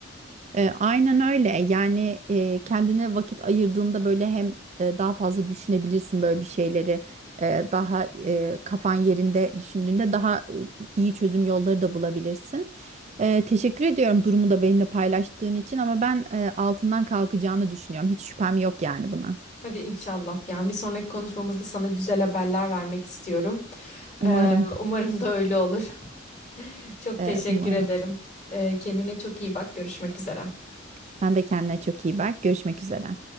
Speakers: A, on the right; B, on the left.
A: E, aynen öyle. Yani e, kendine vakit ayırdığında böyle hem e, daha fazla düşünebilirsin böyle bir şeyleri. E, daha e, kafan yerinde düşündüğünde daha e, iyi çözüm yolları da bulabilirsin. E, teşekkür ediyorum durumu da benimle paylaştığın için ama ben e, altından kalkacağını düşünüyorum. Hiç şüphem yok yani buna.
B: Hadi inşallah. Yani bir sonraki konuşmamızda sana güzel haberler vermek istiyorum.
A: Umarım,
B: Ee, umarım da öyle olur. <laughs> Çok
A: e,
B: teşekkür
A: umarım.
B: ederim. Ee, kendine çok iyi bak. Görüşmek üzere.
A: Sen de kendine çok iyi bak. Görüşmek üzere.